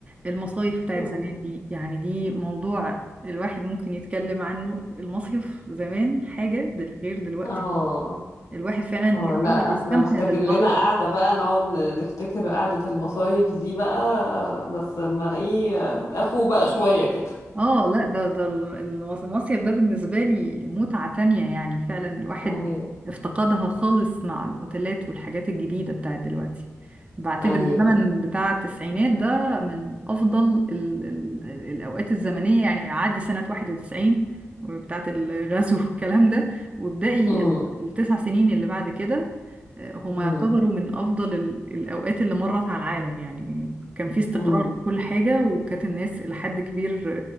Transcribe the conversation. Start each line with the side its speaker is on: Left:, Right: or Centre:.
Right: المصايف بتاعت
Left: إمم،
Right: زمان دي يعني دي موضوع الواحد ممكن يتكلم عنه المصيف زمان حاجة دل- غير دلوقتي
Left: آه،
Right: خالص. الواحد فعلا
Left: هو
Right: كان
Left: لا
Right: بيبقى بيستمتع
Left: احنا محتاجين
Right: بالبحر
Left: لنا قعدة بقى نقعد ن- نفتكر قعدة المصايف دي بقى بس ما ايه افو بقى شوية كده
Right: اه لا ده ده ال- المص- المصيف ده بالنسبة لي متعة تانية يعني فعلا الواحد
Left: ايوه
Right: افتقدها خالص مع الأوتيلات والحاجات الجديدة بتاعت دلوقتي بعتبر
Left: ايوه
Right: الزمن بتاع التسعينات ده من أفضل ال ال الأوقات الزمنية يعني عادي سنة 91 بتاعت الغزو <laughs> والكلام ده وابدأي
Left: امم
Right: ال- التسع سنين اللي بعد كده آه، هما
Left: امم
Right: يعتبروا من أفضل ال- الأوقات اللي مرت على العالم يعني كان في استقرار
Left: امم
Right: في كل حاجة وكانت الناس إلى حد كبير